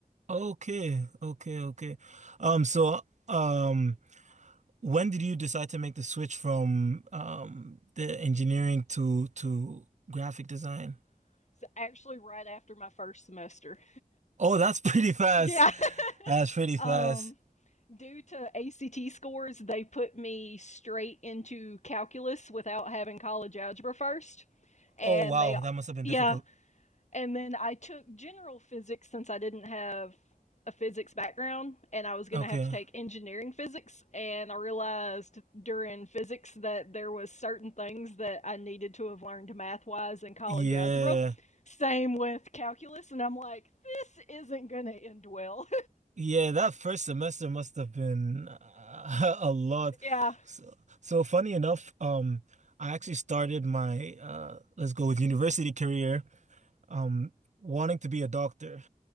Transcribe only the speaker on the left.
<laughs> so actually, right after my first semester.
<laughs> yeah.
Um, Due to ACT scores, they put me straight into calculus without having college algebra first. And
they,
yeah.
And then I took general physics since I didn't have a physics background and I was going
to have to take engineering physics. And I realized during physics that there was certain things that I needed to have learned math wise in college
algebra. Same with calculus. And I'm like, this isn't going to end well.
<laughs> yeah.